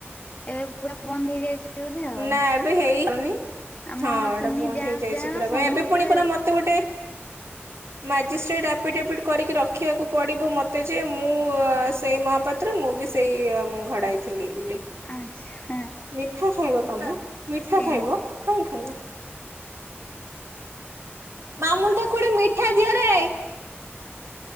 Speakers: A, on the left; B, on the right.
A: ଏବେ ପୁରା ପନ୍ଦ ହେଇଯାଇଛି। ବୋଧେ ଆଉ
B: ନା ଏବେ ହେଇପାନି।
A: ଆମ
B: ହଁ ଏଇଟା
A: ତିନି
B: ବନ୍ଦ
A: ଯା
B: ହେଇଯାଇଛି
A: ଯା
B: ପୁରା
A: ସମସ୍ତେ
B: ଏବେ ପୁଣି ପୁରା ମତେ ମୋତେ ଗୋଟେ ମାଜିଷ୍ଟ୍ରେଟ୍ ଆପିଡେପିଡି କରିକି ରଖିବାକୁ ପଡ଼ିବ ମୋତେ ଯେ ମୁଁ ଆ ସେଇ ମହାପା ତ୍ର ମୁଁ ବି ସେଇ ଆ ଘଡ଼ାଇଥିଲି ବୋଲି।
A: ଆଚ୍ଛା
B: ମିଠା ଖାଇବ ତମେ। ମିଠା
A: ଚେ
B: ଖାଇବ କାଇଁ ଖାଇବ? ମାମୁଁନୁ ତାକୁ ଗୋଟେ ମିଠା ଦିଅରେ।